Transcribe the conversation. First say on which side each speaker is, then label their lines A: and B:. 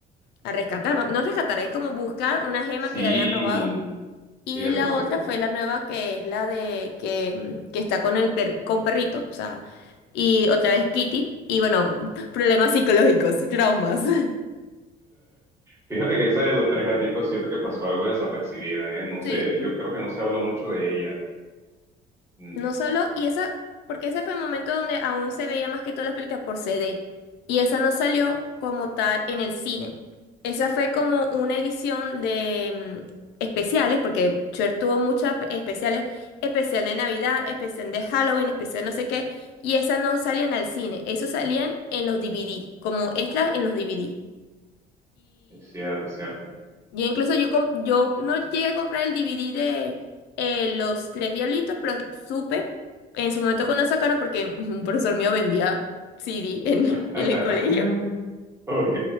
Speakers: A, on the left (about 80°); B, on the right (about 15°).
A: a rescatar, no rescatar, es como buscar una gema
B: sí,
A: que le habían robado y
B: cierto,
A: la
B: cierto.
A: otra fue
B: <laughs>
A: la nueva que es la de que, mm, que está con el per- con perrito, o sea, y otra vez Kitty, y bueno, problemas psicológicos, traumas. <laughs>
B: Fíjate que esa de los tres gaticos siento que pasó algo desapercibida, ¿eh? No
A: Sí.
B: sé, yo creo que no se habló mucho de ella. Mm,
A: No solo, y esa, porque ese fue el momento donde aún se veía más que todas las películas por CD, y esa no salió como tal en el cine. Esa fue como una edición de mm, especiales, porque Cher tuvo muchas especiales, especial de Navidad, especial de Halloween, especial no sé qué, y esas no salían al cine, eso salían en los DVD, como extras en los DVD
B: es cierto, es cierto.
A: y incluso yo, com- yo no llegué a comprar el DVD de eh, Los Tres Diablitos, pero supe en su momento cuando lo sacaron, porque <laughs> un profesor mío vendía CD en,
B: <laughs>
A: en el colegio.
B: Ok,